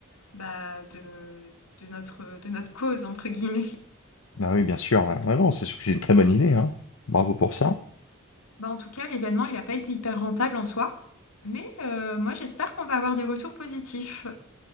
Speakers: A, on the left (about 85°); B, on the left (about 65°).
A: bah, de, de notre, de notre cause, entre guillemets.
B: ah oui bien sûr. hein. Ah non, c'est sûr que j'ai une très bonne idée. Hein. Bravo pour ça.
A: Bah, en tout cas, l'événement, il n'a pas été hyper rentable en soi, mais euh, moi, j'espère qu'on va avoir des retours positifs.